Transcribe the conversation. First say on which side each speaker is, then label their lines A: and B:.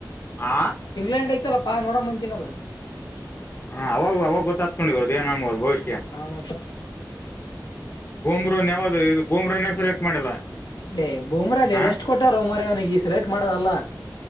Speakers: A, on the left; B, on the left.
A: ಆ
B: ಇಂಗ್ಲೆಂಡ್ ಐತಲ್ಲ ಪಾ ನೋಡ ಬತಿನಲ್ಲ.
A: ಹಾ ಅವಾಗ ಅವಾಗ ಗೊತ್ತತ್ ನೋಡಿ ಇ ಅವರದದು ಏನದು ಭವಿಷ್ಯ.
B: ಹಾ <unintelligible>
A: ಬೋಮ್ರರುನ್ ಯಾವ್ದದು ಇದು ಬೋಮ್ರನೇ ಸೆಲೆಕ್ಟ್ ಮಾಡಿಲ್ಲ.
B: ಅಲ್ಲೇ ಬೂಮ್ರ ಅಲ್ಲಿ
A: ಹಾ
B: ರೆಸ್ಟ್ ಕೊಟ್ಟಾರ ಮರವನಿಗೆ ಸೆಲೆಕ್ಟ್ ಮಾಡದಲ್ಲಾ.